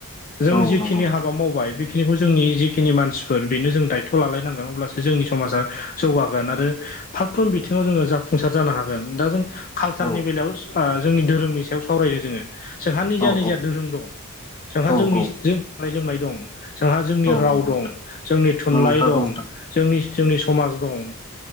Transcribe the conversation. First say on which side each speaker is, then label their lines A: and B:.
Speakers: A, on the left; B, on the left.
A: जों
B: औ
A: जिखिनि
B: नंगौ नोंथां
A: हाबा मावबाय बेखिनिखौ जोंनि जिखिनि मानसिफोर बेनो जों दायथ लालायनांगोन अब्लासो जोंनि समाजा जौगागोन आरो ओ फारफ्रोम बिथिङाव जोङो जाफुंसार जानो हागोन दा जों कालसारनि
B: औ
A: बेलायाव जोंनि धोरोमनि सावरायदों जोङो जोंहानिज
B: औ
A: निजहा धोरोम दं। जोंहा
B: औ
A: जोंनि
B: औ
A: जों गाननाय-जोमनाय दं। जोंहा जोंनि
B: औ
A: राव
B: नंगौ नोंथां
A: दं जोंनि थुनलाइ
B: नंथारगौ
A: दं
B: नोंथां
A: जोंनि जोंनि समाज दं।